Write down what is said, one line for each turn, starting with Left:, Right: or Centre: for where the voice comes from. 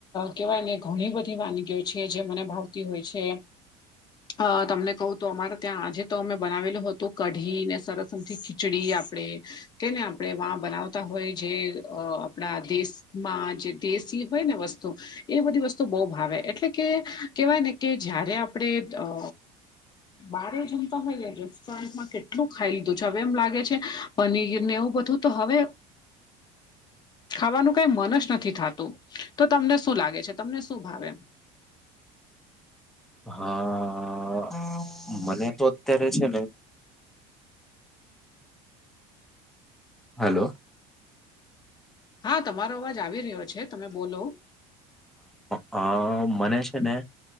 Left: કેહેવાય ને ઘણી બધી વાનગીઓ છે જે મને ભાવતી હોય છે અ તમને કહું તો અમારે ત્યાં આજે તો અમે બનાવેલું હતું કઢી ને સરસમથી ખીચડી આપડે તેને આપણે વા બનાવતા હોય જે આપણા દેશમાં જે દેશી હોય ને વસ્તુ એ બધી વસ્તુ બહુ ભાવે એટલે કે કેહેવાય ને કે જયારે આપણે અ બારે જમતા હોય રેસ્ટોરન્ટમાં કેટલું ખાઈ લીધું છે હવે એમ લાગે છે પનીર ને એવું બધું તો હવે ખાવાનું કઈ મન જ નથી થતું તો તમને શું લાગે છે તમને શું ભાવે
Centre: હા મને તો અત્યારે છે ને હલો
Left: હા તમારો અવાજ આવી રહ્યો છે તમે બોલો
Centre: હા મને છે ને